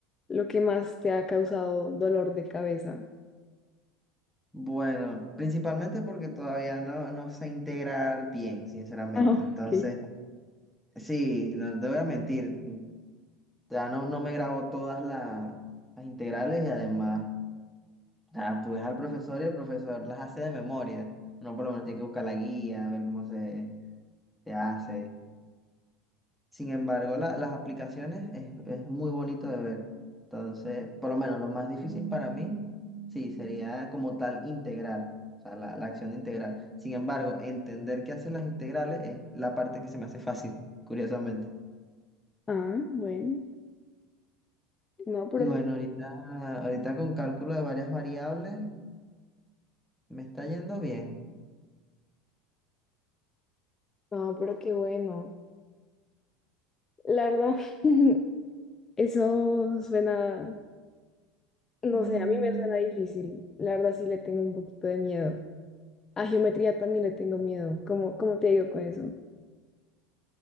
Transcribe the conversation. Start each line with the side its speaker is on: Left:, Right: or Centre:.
Left: lo que más te ha causado dolor de cabeza? <laughs>
Centre: Bueno, principalmente porque todavía no, no sé integrar bien, sinceramente.
Left: Ah, ok.
Centre: Entonces, sí, no te voy a mentir. Ya no, no me grabo todas las, las integrales y además, ya, tú ves al profesor y el profesor las hace de memoria. Uno por lo menos tiene que buscar la guía, ver cómo se, se hace. Sin embargo, la- las aplicaciones es, es muy bonito de ver. Entonces, por lo menos lo más difícil para mí, sí, sería como tal integrar, o sea, la, la acción de integrar. Sin embargo, entender qué hacen las integrales es la parte que se me hace fácil, curiosamente.
Left: Ah, bueno. No, pero,
Centre: Y
Left: eso-
Centre: bueno, ahorita, ahorita con cálculo de varias variables me está yendo bien.
Left: no, pero qué bueno. La verdad, <laughs> Eso suena, no
Centre: Mm.
Left: sé, a mí me suena difícil. La verdad sí le tengo un poquito de miedo. A geometría también le tengo miedo. ¿Cómo, cómo te digo con eso?